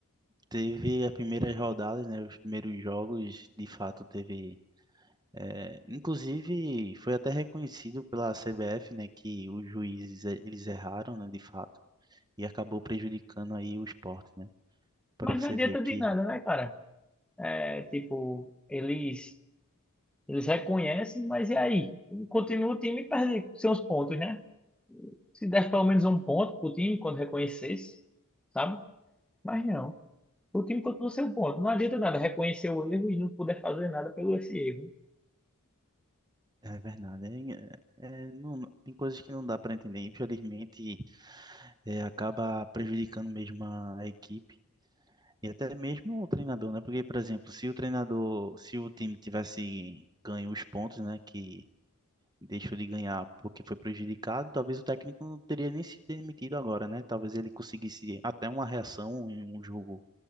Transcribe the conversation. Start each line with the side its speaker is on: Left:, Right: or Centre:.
Right: Teve as primeiras rodadas, né, os primeiros jogos, de fato, teve. é, inclusive, foi até reconhecido pela CBF, né, que os juízes eh, eles erraram, né, de fato, e acabou prejudicando aí o Sport, né, para
Centre: Mas
Right: você
Centre: não adianta
Right: ver que
Centre: de nada, né, cara? É, tipo, eles, eles reconhecem, mas e aí? Continua o time e perde seus pontos, né? Se desse pelo menos um ponto pro time quando reconhecesse, sabe? Mas não. O time continua sem um ponto. Não adianta nada reconhecer o erro e não puder fazer nada pelo esse erro.
Right: É verdade, hein? É, é, não, tem coisas que não dá para entender. Infelizmente, é, acaba prejudicando mesmo a a equipe e até mesmo o treinador, né? Porque, por exemplo, se o treinador, se o time tivesse ganho os pontos, né, que deixou de ganhar porque foi prejudicado, talvez o técnico não teria nem se demitido agora, né? Talvez ele conseguisse até uma reação em um jogo